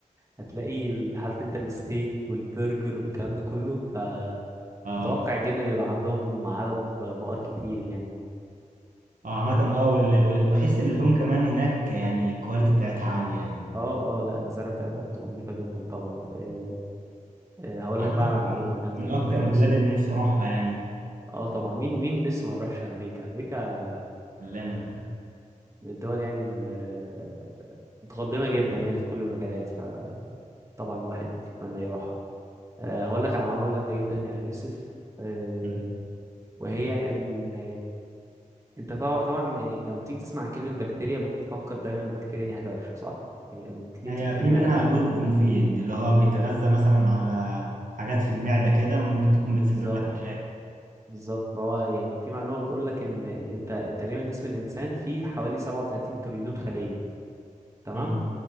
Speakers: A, on the right; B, on the right.
A: هتلاقي ال- عارف انت الستيك والبرجر والكلام ده كله فمتوقع
B: آه
A: جدا يبقى عندهم عدد ب- بقر كتير يعني
B: آه عامة آه وال- وال- وبحس اللحوم كمان هناك يعني الكواليتي بتاعتها عالية يعني
A: اه اه لا المزارع بتاعتهم بتبقى نظيفة جدا طبعا أه أه هقول
B: عامة
A: لك بقى على معلومة
B: من
A: جامدة
B: من
A: جدا
B: أكتر
A: يا يوسف
B: البلاد اللي نفسي أروحها يعني
A: اه طبعا مين مين لسه ما يروحش امريكا امريكا
B: كلنا
A: من الدول يعني ال- متقدمة جدا يعني في كل المجالات فطبعا الواحد يتمنى يروحها أه هقول لك على معلومة جامدة جدا يا يوسف آه،
B: <laughs>
A: وهي ان انت طبعا طبعا يعني لما بتيجي تسمع عن كلمة بكتيريا بتفكر دايما البكتيريا دي حاجة وحشة صح؟ يعني لما بتيجي
B: هي
A: بتيجي في دماغك
B: في منها جزء مفيد اللي هو بيتغذى مثلا على حاجات في المعدة كده ممكن تكون
A: بالظبط
B: بتسبب لك مشاكل
A: بالظبط فهو يعني في معلومة بتقول لك ان انت تقريبا جسم الانسان فيه حوالي 37 تريليون خلية تمام؟
B: امم